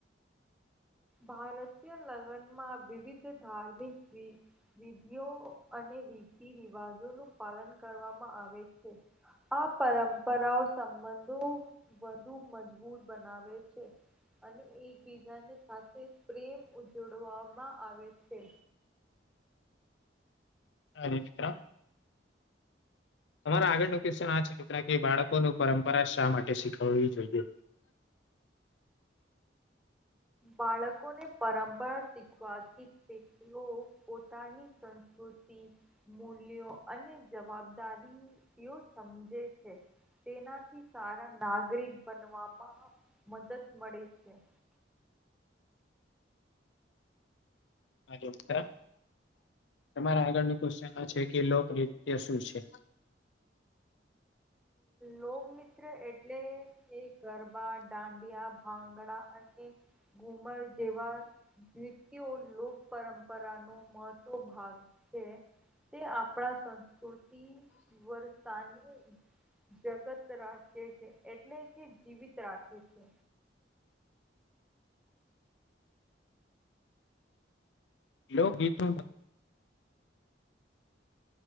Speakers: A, in the centre; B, on the left.
A: ભારતીય લગ્નમાં વિવિધ ધાર્મિક જી વિધિઓ અને રીતિ રિવાજો નું પાલન કરવામાં આવે છે. આ પરંપરાઓ સંબંધો વધુ મજબૂત બનાવે છે. અને એકબીજાને સાથે પ્રેમ ઉજડવામાં આવે છે.
B: <unintelligible> તમારા આગળ નો ક્વેશ્ચન એ છે કે બાળકોનું પરંપરા શા માટે શીખવવી જોઈએ?
A: બાળકોને પરંપરા શીખવાથી વ્યક્તિઓ પોતાની સંસ્કૃતિ મૂલ્યો અને જવાબદારીઓ સમજે છે. તેનાથી સારા નાગરિક બનવામાં મદદ મળે છે.
B: હ જો મ તમારા આગળની ક્વેશ્ચન છે કે લોકનૃત્ય શું છે?
A: લોકમિત્ર એટલે કે ગરબા દાંડિયા ભંગડા અને ઘુમર જેવા લોક પરંપરા નો મહત્વ ભાગ છે તે આપણા કુર્તી વરતાની જગત રાખે છે એટલે કે જીવિત રાખે છે.
B: લોકગીતનું